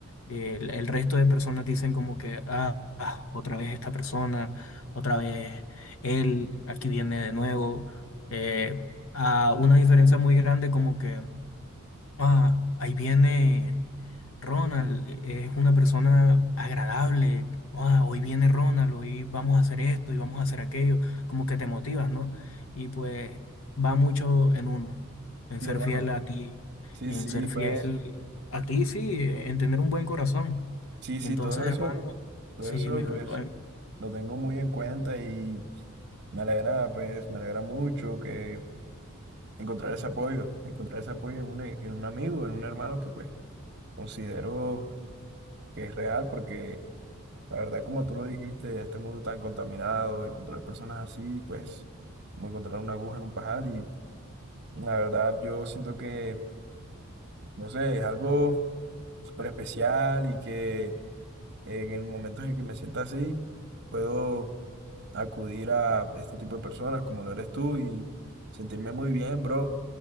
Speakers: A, on the left; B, on the right.
A: eh, el, el resto de personas dicen como que, ah, ah, otra vez esta persona, otra vez él, aquí viene de nuevo. eh, a una diferencia muy grande como que Ah, ahí viene Ronald, e- es una persona agradable. Ah, hoy viene Ronald, hoy vamos a hacer esto y vamos a hacer aquello. Como que te motivas, ¿no? Y pues va mucho en uno, en
B: Sí,
A: ser
B: hermano.
A: fiel a ti,
B: Sí,
A: en
B: sí,
A: ser
B: pues,
A: fiel a ti, sí, en tener un buen corazón.
B: sí,
A: Entonces,
B: sí, todo eso,
A: hermano,
B: todo
A: sí,
B: eso,
A: mi bro,
B: pues. lo tengo muy en cuenta y me alegra, pues, me alegra mucho que encontrar ese apoyo, encontrar ese apoyo en un, en un amigo, en un hermano que, pues, considero que es real porque, la verdad, como tú lo dijiste, este mundo tan contaminado, encontrar personas así, pues, como encontrar una aguja en un pajar y, la verdad, yo siento que, no sé, es algo súper especial y que eh, en momentos en que me sienta así, puedo acudir a este tipo de personas como lo eres tú y sentirme muy bien, bro.